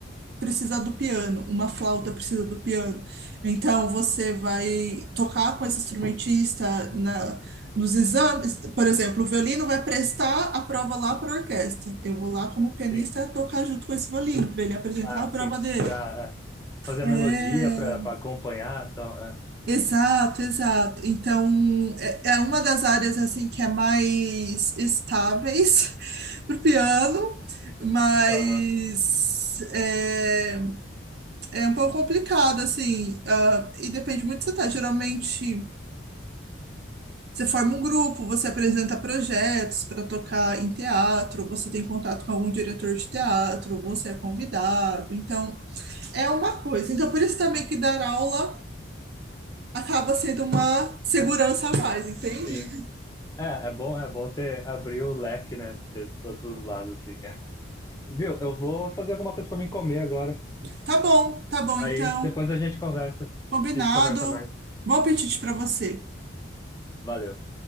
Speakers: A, on the right; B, on the left.
A: precisa do piano, uma flauta precisa do piano. Então, você vai tocar com esse instrumentista na, nos exames, por exemplo, o violino vai prestar a prova lá para a orquestra. Eu vou lá como pianista
B: sim.
A: tocar junto com esse violino, para ele apresentar
B: Ah,
A: a prova
B: sim.
A: dele.
B: Pra é, fazer
A: É,
B: a melodia, pra, pra acompanhar e tal. É,
A: Exato,
B: sim.
A: exato. Então, é, é uma das áreas assim que é mais estáveis <laughs> para o piano, mas
B: Aham,
A: é, é um pouco complicado, assim, ah, e depende muito do que você tá. Geralmente, você forma um grupo, você apresenta projetos para tocar em teatro, você tem contato com algum diretor de teatro, você é convidado. Então, é uma coisa. Então, por isso também que dar aula acaba sendo uma segurança a mais, entende?
B: sim. É, é bom, é bom ter abrir o leque, né? Ter todos os lados, assim. <laughs> Viu? Eu vou fazer alguma coisa pra mim comer agora.
A: Tá bom, tá bom,
B: Aí
A: então.
B: depois a gente conversa.
A: Combinado.
B: A gente conversa mais.
A: Bom apetite para você.
B: Valeu.